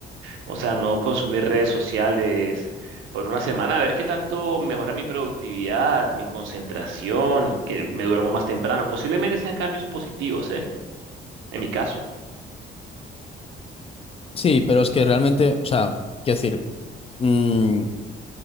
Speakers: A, on the right; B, on the left.
A: o sea, no consumir redes sociales por una semana, a ver qué tanto mejora mi productividad, mi concentración, que me duermo más temprano. Posiblemente sean cambios positivos, ¿eh? En mi caso.
B: Sí, pero es que realmente, o sea, quiero decir. mm,